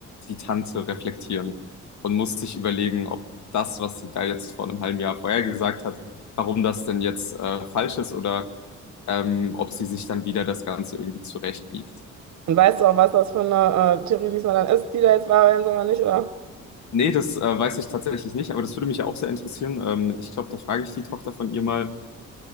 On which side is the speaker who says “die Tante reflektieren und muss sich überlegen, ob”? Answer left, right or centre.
Left